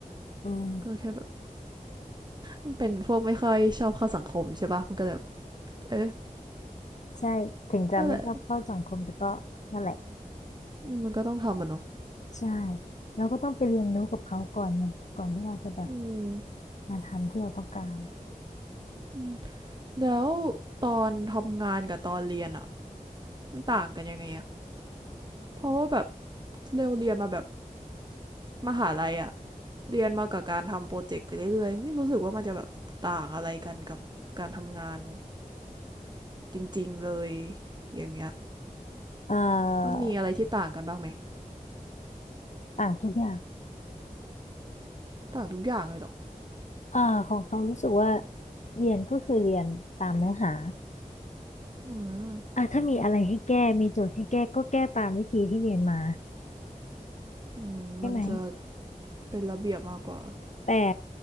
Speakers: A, on the left; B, on the right.
A: อืม
B: ก็แค่แบบมันเป็นพวกไม่ค่อยชอบเข้าสังคมใช่ปะมันก็แบบเอะ
A: ใช่ถึงจะไม่ชอบเข้าสังคมแต่ก็นั่นแหละ
B: นั่นแหละมันก็ต้องทำมันเนาะ
A: ใช่เราก็ต้องไปเรียนรู้กับเขาก่อนไงก่อนที่เราจะแบบ
B: อืม
A: มาทำที่เราต้องการ
B: อืม แล้วตอนทำงานกับตอนเรียนอ่ะมันต่างกันยังไงอ่ะเพราะว่าแบบเร็วเรียนมาแบบมหาลัยอ่ะเรียนมากับการทำโปรเจกต์ไปเรื่อยๆไม่รู้สึกว่ามันจะแบบต่างอะไรกันกับการทำงานจริงๆเลยอย่างเงี้ย
A: เอ่อ
B: มันมีอะไรที่ต่างกันบ้างไหม
A: ต่าทุกอย่าง
B: ต่างทุกอย่างเลยหรอ
A: เอ่อของเขารู้สึกว่าเรียนก็คือเรียนตามเนื้อหา
B: อืม
A: อ่ะถ้ามีอะไรให้แก้มีโจทย์ให้แก้ก็แก้ตามวิธีที่เรียนมา
B: อืมมันจะ
A: ใช่ไหม
B: เป็นระเบียบมากกว่า
A: แต่